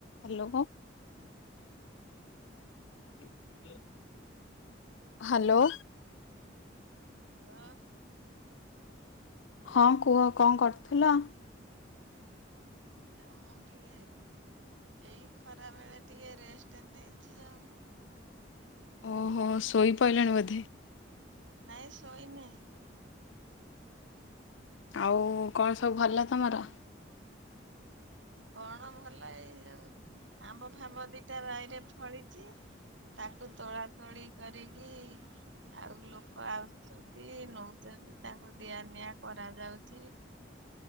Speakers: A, on the left (about 85°); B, on the right (about 90°).
A: Hello. <unintelligible> Hello.
B: Hello.
A: ହଁ କୁହ କଣ କରୁଥିଲ?
B: ଏ ମୁଁ ଟିକେ ଏଇ ଖରାବେଳେ ଟିକେ ରେଷ୍ଟେ ନେଇଚି ଆଉ।
A: ଓହୋ ଶୋଇପଇଲେଣି ବୋଧେ
B: ନାଇଁ ଶୋଇ ନେଇଁ
A: ଆଉ କଣ ସବୁ ଭଲ ତମର?
B: କଣମ ଭଲ ଏଇ ଯୋଉଁ ଆମ୍ବ, ଫାମ୍ବ ଦିଟା ବାଢିରେ ଫଳିଚି। ତାକୁ ତୋଳା ତୋଳି କରିକି, ଆଉ ଲୋକ ଆଉ ସେମିତି ନଉଚନ୍ତି ତାଙ୍କୁ ଦିଆ ନିିଆ କରାଯାଉଚି